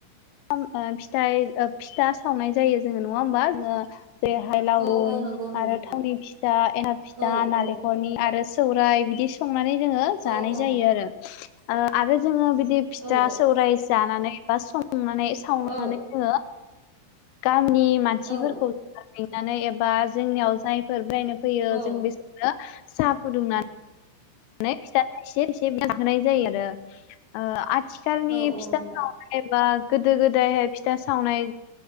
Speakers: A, on the left; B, on the right.
A: खाम ओ फिथाइ फिथा सावनाय जायो जोङो नङा होमबा जोङो, जेरैहाय लावरुं
B: औ औ नंगौ नंगौ
A: आरो
B: थां
A: थावनि फिथा ए फिथा
B: औ
A: नालेंखरनि
B: औ
A: आरो सौराय बिदि संनानै जोङो जानाय
B: औ औ
A: जायो आरो ओ आरो जों बि बिदि फिथा
B: औ
A: सौराय जानानै बा संनानै सावनानै
B: औ
A: जोङो गामिनि मानसिफोरखौ
B: औ
A: लिंनानै एबा जोंनियाव जायफोर बेरायनो फैयो
B: औ
A: जों बेसोरनो साहा फुदुंनानै फिथा एसे एसे बिहोनाय जायो आरो ओ आथिखालनि
B: औ औ
A: फिथा
B: नोंथां
A: <unintelligible> गोदो गोदायहाय फिथा सावनाय